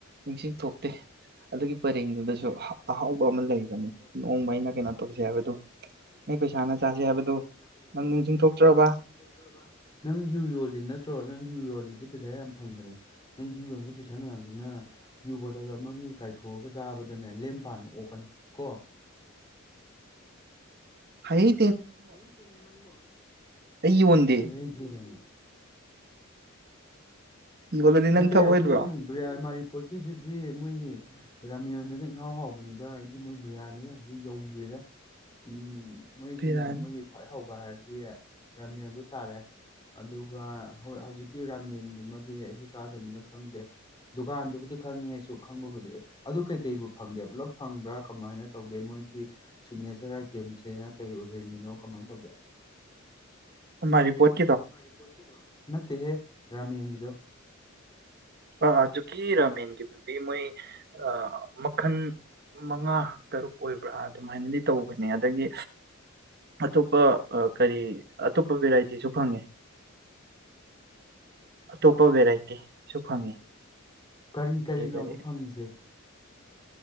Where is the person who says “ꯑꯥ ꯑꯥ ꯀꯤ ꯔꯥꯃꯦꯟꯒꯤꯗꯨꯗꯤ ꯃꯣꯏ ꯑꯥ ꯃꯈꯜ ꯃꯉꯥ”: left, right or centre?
Right